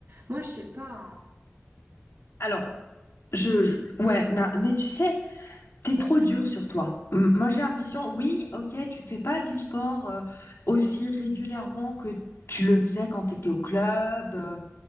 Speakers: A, on the right; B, on the left.
A: moi, je sais pas. hein.
B: Alors, je, je- ouais, mais, mais tu sais, t'es trop dur sur toi. M- Moi, j'ai l'impression, oui, ok, tu fais pas du sport euh, aussi régulièrement que tu le faisais quand t'étais au club, euh,